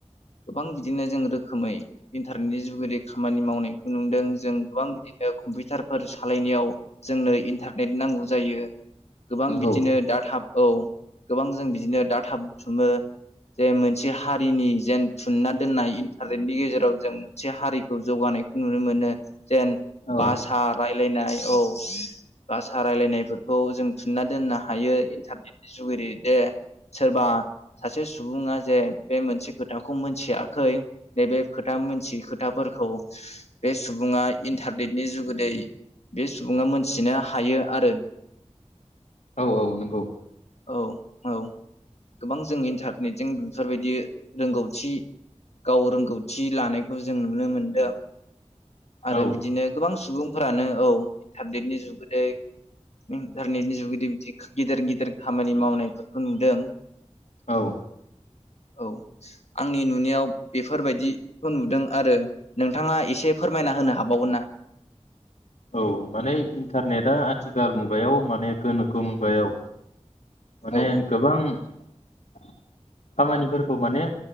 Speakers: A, on the left (about 65°); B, on the left (about 80°).
A: गोबां बिदिनो जों रोखोमै इन्टारनेटनि जुगै खामानि मावनायखौ नुदों जों गोबां बिदिनो कम्पिउटारफोर सालायनायाव जोंनो इन्टारनेट नांगौ जायो। गोबां
B: नंगौ
A: बिदिनो दा थाब औ गोबां जों बिदिनो डाटा बुथुमो जे मोनसे हारिनि जेन थुनना दोननाय इन्टारनेटनि गेजेराव जों मोनसे हारि खौ जौगानायखौ नुनो मोनो जेन
B: औ
A: भासा रायलायनाय औ बासा रायलायनायफोरखौ जों थुनना दोननो हायो इन्टारनेटनि जुगै दे सोरबा सासे सुबुङा जे बे मोनसे खोथाखौ मोनथियाखै नैबे खोथा मोनथियै खोथा फोरखौ बे सु बुङा इन्टारनेटनि जुगै गै बे सुबुङा मोनथिनो हायो आरो।
B: औ औ नंगौ।
A: औ औ गोबां जों इन्टारनेटजों बेफोरबायदि रोंगौथि गाव रोंगौथि लानायखौ जों नुनो मोनदों। आरो
B: औ
A: बिदिनो गोबां सुबुंफोरानो औ <unintelligible> जुगै इन्टारनेटनि जुगेदै बिदि गिदिर गिदिर खामानि मावनायफोरखौ नुदों।
B: औ
A: औ आंनि नुनायाव बेफोरबायदिखौ नुदों आरो नोंथाङा एसे फोरमायना होनो हाबावगोन ना?
B: औ माने इन्टारनेटआ आथिखाल मुगायाव माने गोनोखो मुगायाव माने
A: औ
B: गोबां खामानिफोरखौ माने